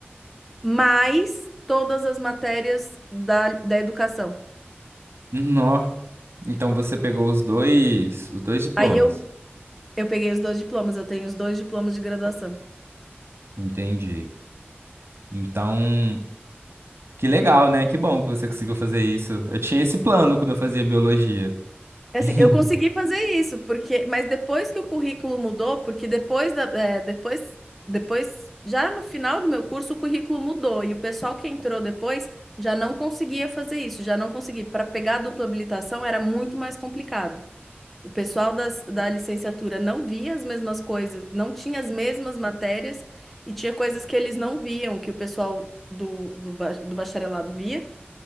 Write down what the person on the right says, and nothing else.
Nó. Então você pegou os dois, os dois diplomas.
Entendi. Então, que legal, né? Que bom que você conseguiu fazer isso. Eu tinha esse plano quando eu fazia biologia.
<laughs>